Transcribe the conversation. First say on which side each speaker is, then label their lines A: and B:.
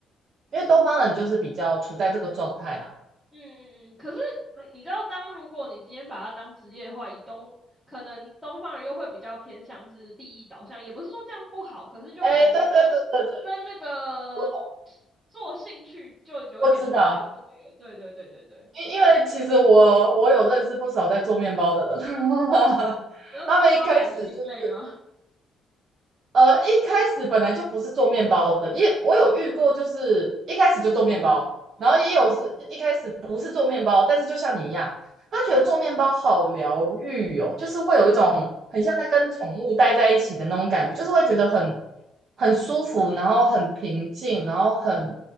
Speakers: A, on the right; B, on the right.
A: 因为东方人就是比较处在这个状态啦。
B: 嗯嗯嗯。可是你知道，当如果你今天把它当职业的话，以东可能东方人又会比较偏向是利益导向，也不是说这样不好，可是就感觉跟跟那个
A: 哎，对对对对对，我懂，
B: 做兴趣就有一点不太对了。
A: 我知道，
B: 对对对对对。
A: 因因为其实我我有认识不少在做面包的人，<laughs>
B: 你要做到很心累吗？
A: 他们一开始就是呃，一开始本来就不是做面包的，也我有遇过，就是一开始就做面包，
B: 嗯嗯
A: 然后也有是一开始不是做面包，但是就像你一样，他觉得做面包好疗愈哦，就是会有一种很像在跟宠物待在一起的那种感觉，
B: 啊，
A: 就是会觉得很很舒服，然后很平静，然后很